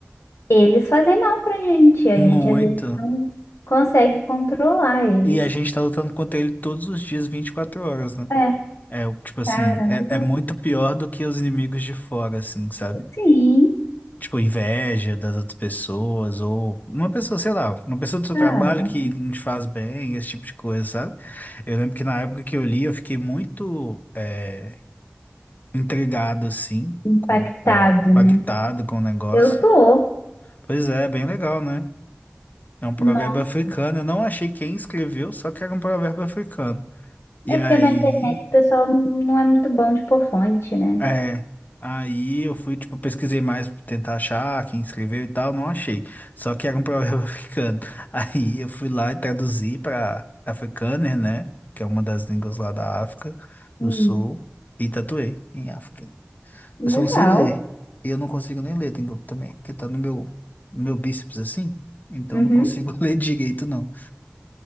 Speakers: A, on the left (about 80°); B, on the left (about 40°).
A: eles fazem mal pra gente. A
B: Muito.
A: gente às vezes não consegue controlar eles.
B: E a gente tá lutando contra ele todos os dias, 24 horas, né?
A: É,
B: É, o- tipo assim,
A: caramba.
B: é, é muito pior do que os inimigos de fora, assim, sabe?
A: Sim,
B: Tipo, inveja das outras pessoas, ou uma pessoa, sei lá, uma pessoa do seu
A: cara.
B: trabalho que não te faz bem, esse tipo de coisa, sabe? Eu lembro que na época que eu li, eu fiquei muito é, intrigado, assim,
A: Impactado,
B: com, com, impactado
A: né?
B: com o negócio.
A: Eu tô.
B: Pois é, bem legal, né? É um provérbio
A: Nossa.
B: africano. Eu não achei quem escreveu, só que era um provérbio africano. E
A: É
B: aí,
A: porque na internet o pessoal não é muito bom de pôr fonte, né?
B: é, aí eu fui, tipo, pesquisei mais pra tentar achar quem escreveu e tal, não achei. Só que era um provérbio <laughs> africano. Aí eu fui lá e traduzi pra Afrikaner, né? Que é uma das línguas lá da África do
A: Hum,
B: Sul. E tatuei em África.
A: legal.
B: Eu só não sei ler. E eu não consigo nem ler tenho- também, porque tá no meu, no meu bíceps assim. Então
A: Uhum.
B: eu não consigo <laughs> ler direito, não.